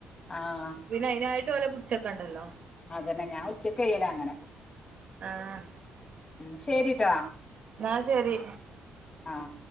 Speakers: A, on the left; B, on the right.
A: ആഹ്
B: വിനായിന ആയിട്ട് പോലെ പിടിച്ചൊക്ക ഉണ്ടല്ലോ
A: അതന്നെ ഞാൻ ഉച്ചക്കയ്യല അങ്ങനെ
B: ആഹ
A: ഉം ശരിട്ടാ
B: എന്നാ ശരി
A: ആഹ